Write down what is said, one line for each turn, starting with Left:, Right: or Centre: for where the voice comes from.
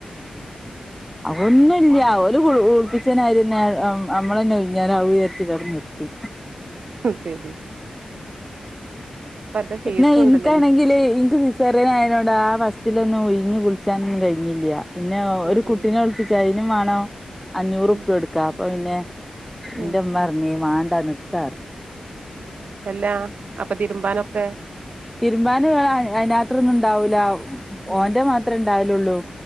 Right: <unintelligible>
Centre: അഹ ന്നുല്യ ഒ കുളിപ്പിച്ച <unintelligible> നമ്മള തന്നെ ഉഴിഞ്ഞാ <unintelligible> നിർത്തി
Right: ശരി പല ഫീസും
Centre: ഇനക്ക്
Right: ഉണ്ടല്ലോ ഇനി
Centre: ണെങ്കില് ഇനിക്ക് പോരോന് അതിനോട് ആ ഫസ്റ്റിൽ ഉഴിഞ്ഞഞ് കുളിച്ചാനൊന്നും കഴിഞ്ഞില്ല. പിന്നെ
Right: ഉം
Centre: ഒരു കുട്ട
Right: ഉം
Centre: കുട്ടിനൊ കുളിപിച അയിനുംമണം അഞ്ഞൂറ്
Right: ഉം
Centre: ഉപ്പ എടുക്ക. അപ്പെ ന്ന
Right: ഉം
Centre: വണ്ട നിർത്താന്.
Right: എല്ലാ അപ്പൊ തിരുമ്പാനൊക്കെ
Centre: തിരുമ്പാന് വേ അതിനകത്രൊന്നും ഉണ്ടാവൂല്ല
Right: ഉം
Centre: ഓന്റെ മാത്രംമേ ഉണ്ടാവലുള്ളൂ.